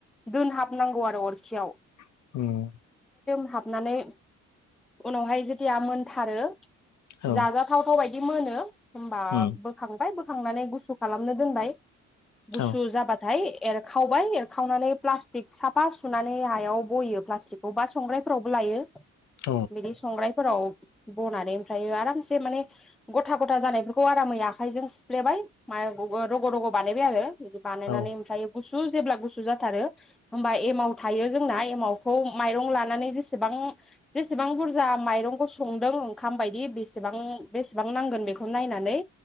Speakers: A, in the centre; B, on the left.
A: दोनहाबनांगौ आरो अरखियाव
B: औ
A: हाबनानै उनावहाय जेथिया मोनथारो
B: औ
A: जाजाथावथाव बाय दि मोनो होमबा
B: उम
A: बोखांबाय बोखांनानै गुसु खालामनो दोनबाय गुसु
B: औ
A: जाबाथाय एरखावबाय एरखावनानै प्लास्टिक साफा सुनानै हायाव बयो प्लास्टिकखौ बा संग्रायफोरावबो लायो
B: औ
A: बिदि संग्रायफोराव बनानै ओमफ्राय आरामसे माने गथा गथा जानायफोरखौ आरामै आखाइजों सिफ्लेबाय मानि रग रग बानायबाय आरो बानायनानै
B: औ
A: ओमफ्राय गु सु जेब्ला गुसु जाथारो होमब्ला एमाव थायो जोंना एमावखौ माइरं लानानै बेसेबां जेसेबां बुरजा माइरंखौ संदों ओंखाम बायदि बेसेबां बेसेबां नांगोन। बेखौ नायनानै